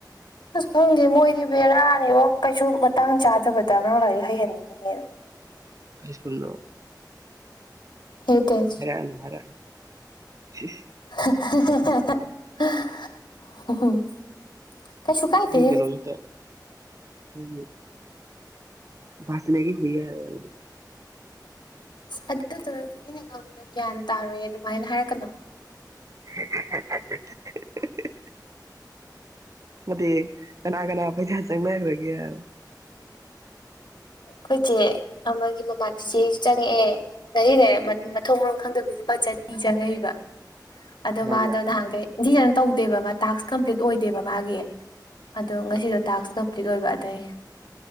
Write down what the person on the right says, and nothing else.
ꯀꯩ ꯁ꯭ꯀꯨꯜꯅꯣ
<unintelligible>
ꯁꯤꯒꯤ ꯀꯩꯅꯣꯁꯤꯗ <unintelligible> <unintelligible>
<unintelligible> ꯅꯠꯇꯦꯍꯦ ꯀꯅꯥ ꯀꯅꯥ ꯄꯩꯁꯥ ꯆꯪꯅꯈ꯭ꯔꯒꯦ ꯍꯥꯏꯕ
ꯀꯅꯥꯒꯤ
ꯑꯩꯁꯨ